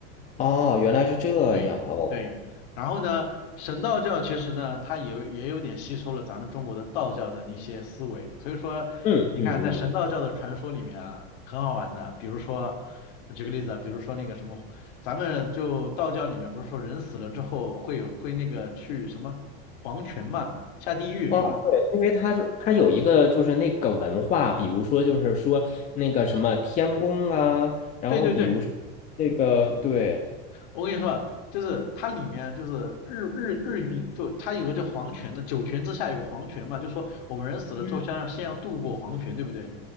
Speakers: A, on the left; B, on the left.
A: 哦，原来是这样哦，
B: 对对，然后呢，神道教其实呢，它也有也有点吸收了咱们中国的道教的那些思维，所以说，
A: 嗯嗯嗯，
B: 你看在神道教的传说里面啊，很好玩的，比如说，我举个例子啊，比如说那个什么，咱们就道教里面不是说人死了之后会有会那个去什么黄泉嘛，下地狱是吧？
A: 哦，对，因为它是它有一个就是那个文化，比如说就是说那个什么天宫啊，然后比如说那个对，
B: 对对对，我跟你说啊，就是它里面就是日日日语里就它有个叫黄泉的，九泉之下有个黄泉嘛，就说我们人死了之后，
A: 嗯，
B: 先要先要渡过黄泉，对不对？